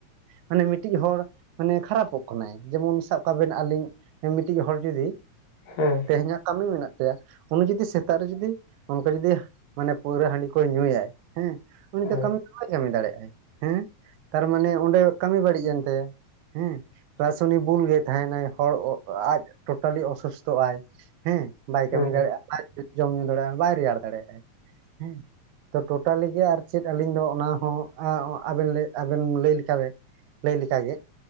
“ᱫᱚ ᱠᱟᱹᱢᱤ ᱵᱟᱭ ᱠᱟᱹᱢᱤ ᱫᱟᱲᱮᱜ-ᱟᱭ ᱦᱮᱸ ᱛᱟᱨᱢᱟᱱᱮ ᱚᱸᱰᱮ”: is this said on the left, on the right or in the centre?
Right